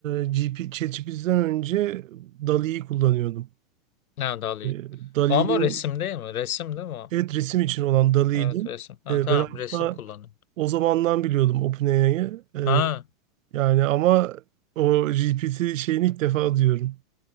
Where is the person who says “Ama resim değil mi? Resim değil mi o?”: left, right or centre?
Left